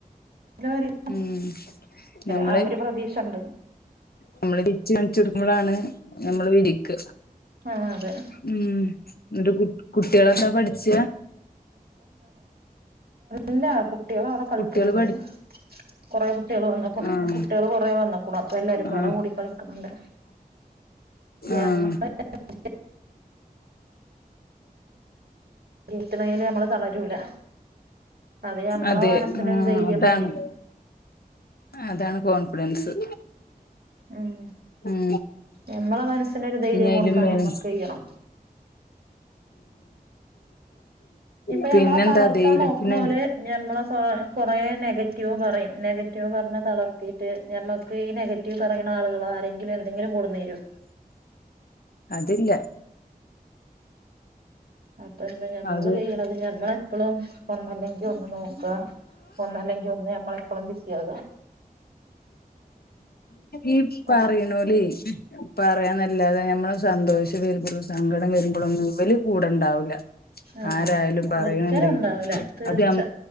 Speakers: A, on the right; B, on the left.
A: <unintelligible>
B: ഉം ഞമ്മള്
A: ആ ഒരു പ്രതീക്ഷണ്ട്
B: നമ്മള് <unintelligible> നമ്മളാണ് നമ്മള് വിളിക്ക
A: ആ അതെ
B: ഉം ന്നിട്ട് കുട്ടികൾ എന്താ പഠിച്ച
A: ഇല്ല കുട്ടികൾ അവിടെ കളിക്കുന്നുണ്ട്
B: കുട്ടികള് പഠി
A: കൊറേ കുട്ടികള
B: ആഹ്
A: കുട്ടികൾ കുറേ വന്നക്കണു അപ്പൊ എല്ലാരുമ്പാടെ
B: ആഹ്
A: കൂടി കളിക്കണ്‌ണ്ട് ഞമ്മ
B: ആഹ്
A: <unintelligible> ജയിക്കണെങ്കില് നമ്മള് തളരൂല അത് ഞമ്മളെ
B: അതെ
A: മനസ്സിനൊരു
B: ഉം
A: ധൈര്യം
B: അതാണ്
A: മതി
B: അതാണ് കോൺ ഡൻസ്
A: ഉം
B: ഉം
A: ഞമ്മളെ മനസ്സിനൊരു ധൈര്യം
B: ഇനി അയിലും
A: കൊടുക്കാൻ
B: മേലെ
A: ഞമ്മക്ക് കഴിയണം നമ്മളെ
B: ഉം പിന്നെന്താ
A: തളർത്താൻ
B: ധൈര്യത്തിന്
A: നോക്കുണോല് നമ്മെളെ കൊറേ നെഗറ്റ്വീവ് റ്റ്യു പറയും നെഗറ്റീവ് പറഞ്ഞ തളർത്തിയിട്ട് ഞമ്മക്ക് ക്ക് ഈ നെഗറ്റീവ് പറയിണ ആളുകളാരെങ്കിലും എന്തെങ്കിലും കൊട്ന്നരോ
B: അതില്ല
A: അപ്പ് ഇപ്പ എന്താ ഞമ്മള്
B: അത്
A: ചെഴ്യണതും ഞമ്മളെപ്പളും ഒന്നല്ലെങ്കിൽ ഒന്ന് നോക്ക. ഒന്നല്ലെങ്കിൽ നമ്മളെപ്പളും ബിസി ആക
B: ഈ
A: പ്പ
B: പറിണോല് പറയാൻ നല്ലാതെ നമ്മള് സന്തോഷം വരുമ്പളും സങ്കടം വരുമ്പളും ഒന്നും ഇവല് കൂടെ ഇണ്ടാവുല
A: ആഹ്
B: ആരായാലും പറയണ്
A: ഒരിക്കലും
B: ന്ന്ണ്ടെങ്കിൽ
A: ഉണ്ടാവൂല തീർച്ച
B: അത്